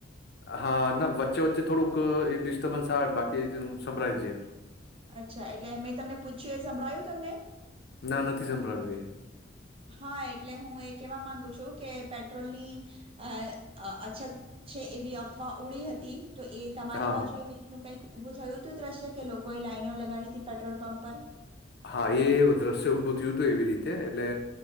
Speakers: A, on the left; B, on the right.
A: હા ના વચ્ચે વચ્ચે થોડુંક એ ડિસ્ટર્બન્સ આવે બાકી સંભળાય છે.
B: અચ્છા એટલે મેં તમને પૂછ્યું એ સંભળાયું તમને?
A: ના નથી સંભળાવ્યું એ.
B: હા એટલે હું એ કહેવા માંગુ કે પેટ્રોલ ની, અ અછત છે એવી અફવા ઉડી હતી. તો એ તમારી
A: હા
B: બાજુ એવી રીતનું કઈક ઊભું થયું હતું દ્રશ્ય કે લોકોએ લાઇનો લગાડી હતી પેટ્રોલ પંપ પર.
A: હા એવું દ્રશ્ય ઊભું થય હતું એવી રીતે, એટલે